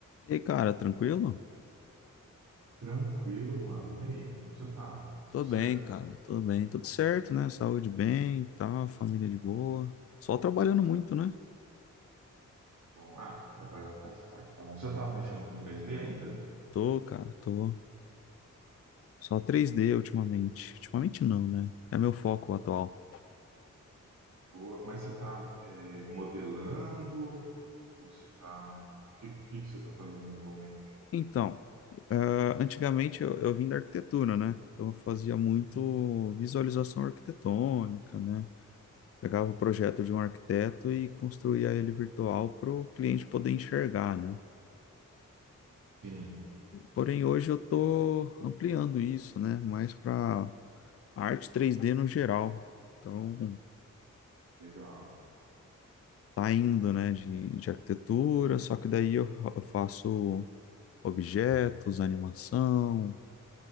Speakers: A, on the left; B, on the right.
A: E aí, cara, tranquilo?
B: Tranquilo, mano. E aí, como você tá? Tudo
A: Tô
B: certo?
A: bem, cara, tudo bem, tudo certo, né? Saúde bem, e tal, família de boa. Só trabalhando muito, né?
B: Bom, ah, trabalhar faz parte, tá bom? Você tá mexendo com 3D ainda?
A: Tô, cara, tô. Só 3D ultimamente. Ultimamente não, né? É meu foco atual.
B: Ou- mas você tá é, modelando? Ou você tá... O que, o que que você tá fazendo atualmente?
A: Então, ah, antigamente eu, eu vim da arquitetura, né? Então eu fazia muito visualização arquitetônica, né? Pegava o projeto de um arquiteto e construía ele virtual para o cliente poder enxergar, né?
B: Sim,
A: Porém, hoje eu tô ampliando isso, né? Mais para a arte três d no geral. Então,
B: legal.
A: tá indo, né, de, de arquitetura, só que daí eu, eu faço objetos, animação.